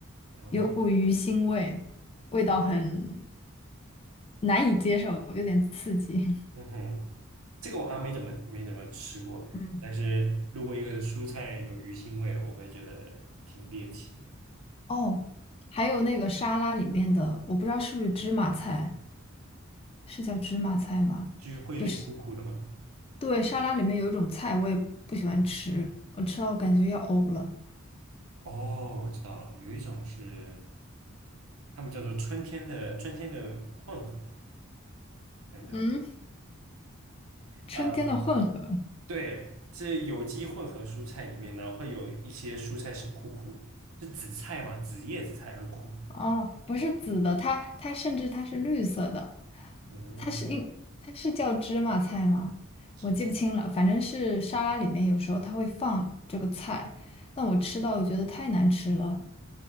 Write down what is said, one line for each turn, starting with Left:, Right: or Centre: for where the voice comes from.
Right: 哦，
Left: 有股鱼腥味，味道很难以接受，有点刺激。<laughs>
Right: 嗯哼，这个我好像没怎么没怎么吃过，
Left: 嗯，
Right: 但是如果一个蔬菜有鱼腥味，我会觉得挺猎奇的。
Left: 哦，还有那个沙拉里面的，我不知道是不是芝麻菜，是叫芝麻菜吗？
Right: 至于会有点苦苦的吗？
Left: 就是对，沙拉里面有一种菜我也不喜欢吃，我吃到我感觉要呕了。
Right: 哦，我知道了，有一种是他们叫做春天的春天的混合，看一下
Left: 嗯，春天的混合。
Right: 啊。对，是有机混合蔬菜里面呢，会有一些蔬菜是苦苦，是紫菜嘛，紫叶紫菜和苦，
Left: 哦，不是紫的，它它甚至它是绿色的。
Right: 嗯，
Left: 它是应它是叫芝麻菜吗？
Right: 是吗，
Left: 我记不清了，反正是沙拉里面有时候它会放这个菜，但我吃到我觉得太难吃了。